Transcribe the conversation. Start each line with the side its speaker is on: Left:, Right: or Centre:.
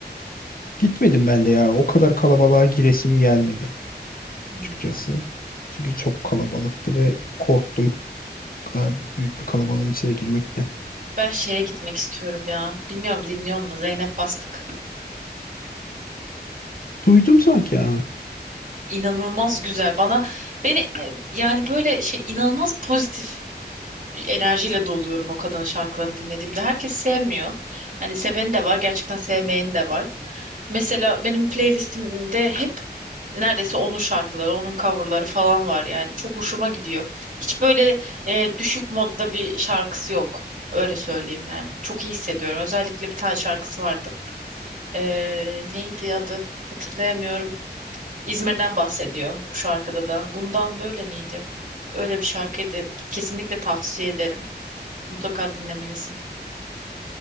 Left: Gitmedim ben de ya. O kadar kalabalığa giresim gelmedi
Right: Hmm.
Left: açıkçası. Çünkü çok kalabalıktı ve korktum. O kadar büyük bir kalabalığın içine girmekten.
Right: Ben şeye gitmek istiyorum ya. Bilmiyorum dinliyor musun? Zeynep Bastık.
Left: Duydum sanki ya.
Right: İnanılmaz güzel. Bana beni e, yani böyle şey inanılmaz pozitif bir enerjiyle doluyorum o kadının şarkılarını dinlediğimde. Herkes sevmiyor. Hani seveni de var, gerçekten sevmeyeni de var. Mesela benim playlistimde hep neredeyse onun şarkıları, onun coverları falan var yani. Çok hoşuma gidiyor. Hiç böyle e, düşük modda bir şarkısı yok. Öyle söyleyeyim yani. Çok iyi hissediyorum. Özellikle bir tane şarkısı vardı. Ee, neydi adı? Hatırlayamıyorum. İzmir'den bahsediyor şu arkada da. Bundan böyle miydi? Öyle bir şarkıydı. Kesinlikle tavsiye ederim. Mutlaka dinlemelisin.